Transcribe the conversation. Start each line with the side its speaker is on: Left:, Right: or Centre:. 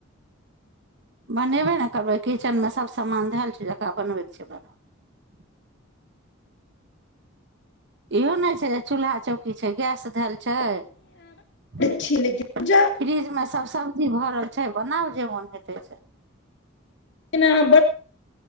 Right: बनेबे ने करबै किचेनमे सभ सामान धयल छै जकरा बनबैके छै बनाब इहो नहि छै चूल्हा चौकी छै गैस धए
Left: छी लेकिन
Right: <unintelligible> छै बनाउ जे मोन हेतै से
Left: लिनहाँ ब